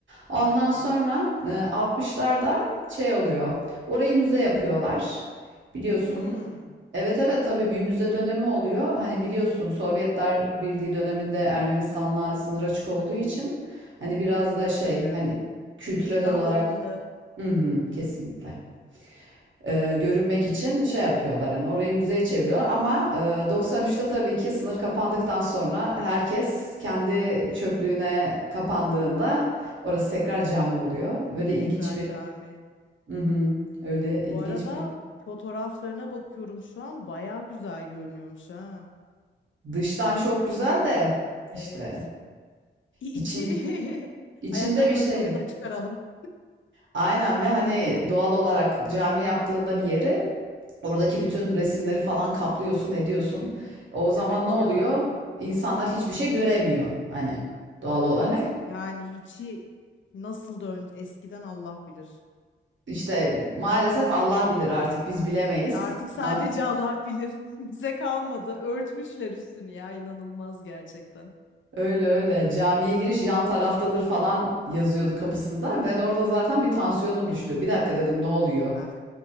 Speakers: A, on the right; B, on the left.
A: Ondan
B: Aynen.
A: sonra e, 60'larda şey oluyor. Orayı müze yapıyorlar. Biliyorsun.
B: Hmm.
A: Evet evet tabii bir müze dönemi oluyor. Hani biliyorsun Sovyetler Birliği döneminde Ermenistan'la sınır açık olduğu için hani biraz
B: Hmm,
A: da şey
B: tabii.
A: hani kültürel
B: Daha
A: olarak
B: ılımlı.
A: hı hı, kesinlikle e, görünmek için şey yapıyorlar hani orayı müzeye çeviriyorlar ama e, 93'te tabii ki sınır kapandıktan sonra herkes kendi çöplüğüne kapandığında orası tekrar cami oluyor. Böyle
B: Tekrar
A: ilginç bir
B: cami.
A: Hı hı. öyle ilginç
B: Bu arada
A: bir
B: fotoğraflarına bakıyorum şu an bayağı güzel görünüyormuş ha.
A: dıştan çok
B: İçini
A: güzel de
B: evet.
A: işte
B: İ-
A: için
B: İçi. <laughs>
A: içinde
B: Ayakkabıları
A: bir şey
B: kapıda
A: yok.
B: çıkaralım.
A: Aynen ve hani doğal olarak cami yaptığında bir yeri Oradaki bütün resimleri falan kaplıyorsun, ediyorsun. O zaman
B: Evet
A: ne oluyor?
B: ya.
A: İnsanlar hiçbir şey göremiyor hani doğal
B: Evet.
A: olarak.
B: Yani içi nasıl dön eskiden Allah bilir.
A: İşte maalesef Allah bilir artık biz bilemeyiz.
B: Artık
A: Buna
B: sadece Allah bilir. <laughs> Bize kalmadı. Örtmüşler üstünü ya inanılmaz gerçekten.
A: öyle öyle camiye giriş yan taraftadır falan yazıyordu kapısında. Ben orada zaten bir tansiyonum düştü. Bir dakika dedim ne oluyor?
B: Ah.